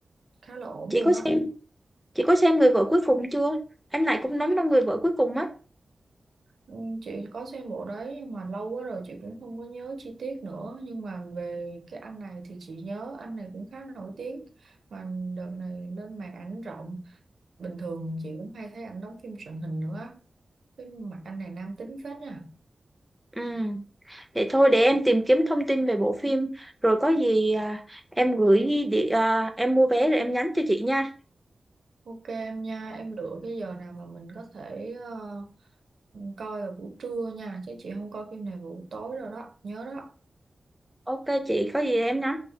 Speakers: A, on the right; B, in the centre.
A: khá là ổn
B: Chị
A: luôn
B: có
A: á
B: xem Chị có xem Người vợ cuối cùng chưa? Anh Lại cũng đóng trong Người vợ cuối cùng á.
A: Ừ, chị có xem bộ đấy nhưng mà lâu quá rồi chị cũng không có nhớ chi tiết nữa nhưng mà về cái anh này thì chị nhớ anh này cũng khá nổi tiếng mà đợt này lên màn ảnh rộng bình thường chị cũng hay thấy ảnh đóng phim truyền hình nữa á. cái mặt anh này nam tính phết nha
B: Ừ. Vậy thôi để em tìm kiếm thông tin về bộ phim rồi có gì à, em gửi đi à, em mua vé rồi em nhắn cho chị nha.
A: ok em nha em lựa cái giờ nào mà mình có thể ờ, coi vào buổi trưa nha chứ chị không coi phim này vào buổi tối rồi đó nhớ đó
B: Ok chị, có gì em nhắn